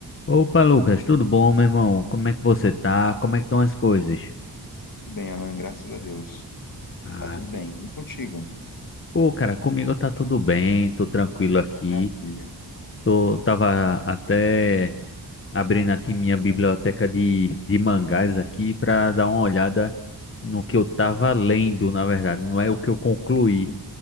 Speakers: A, on the left; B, on the left.
A: Opa, Lucas, tudo bom, meu irmão? Como é que você tá? Como é que estão as coisas?
B: Bem, Alan, graças a Deus.
A: Ah,
B: Tá tudo bem. E contigo?
A: pô, cara, comigo tá tudo bem, tô tranquilo aqui.
B: Maravilha.
A: Tô, tava até abrindo aqui minha biblioteca de, de mangás aqui pra dar uma olhada no que eu tava lendo, na verdade. Não é o que eu concluí,